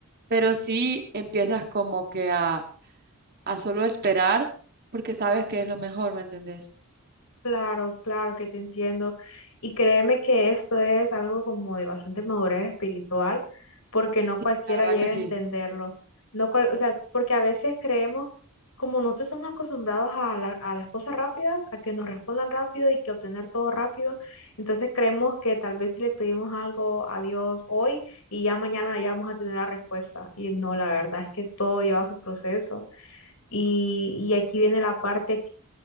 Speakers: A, on the right (about 45°); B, on the left (about 80°).
A: Pero sí empiezas como que a, a solo esperar porque sabes que es lo mejor, ¿me entendés?
B: Claro, claro que te entiendo. Y créeme que esto es algo como de bastante madurez espiritual, porque no
A: Sí,
B: cualquiera
A: la verdad
B: llega
A: que sí.
B: a entenderlo. No cual- o sea, porque a veces creemos, como nosotros somos acostumbrados a, la- a las cosas rápidas, a que nos respondan rápido y que obtener todo rápido, entonces creemos que tal vez si le pedimos algo a Dios hoy y ya mañana ya vamos a tener la respuesta. Y no, la verdad es que todo lleva su proceso. Y, y aquí viene la parte